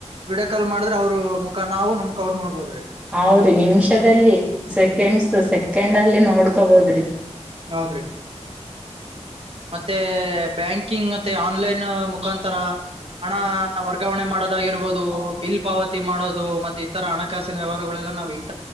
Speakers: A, on the right (about 55°); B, in the centre.
A: ವಿಡಕಾಲ್ ಮಾಡ್ದ ಅವರು ಮುಖ ನಾವು ನಮಕ್ ಅವ್ರು ನೋಡ್ಬೋದ್ರೀ
B: ಹೌ್ರಿ ನಿಮಿಷದಲ್ಲಿ ಸೆಕೆಂಡ್ಸ್ ಸೆಕೆಂಡ್ ಅಲ್ಲಿ ನೋಡ್ಕೋಬೋದ್ರಿ
A: ಹೌದಿ ಮತ್ತೆ ಬ್ಯಾಂಕಿಂಗ್ ಮತ್ತೆ ಆನ್ಲೈನ್ ಮುಖಾಂತರ ಹಣ ವರ್ಗಾವಣೆ ಮಾಡೋದಾಗಿರ್ಬೋದು
B: ಹೌದು
A: ಬಲ್ ಪಾವತಿ ಮಾಡೋದು ಮತ್ತೆ ಇತರ ಹಣಕಾಸಿನ ವ್ಯವಹಾರಗಳೆ ನವು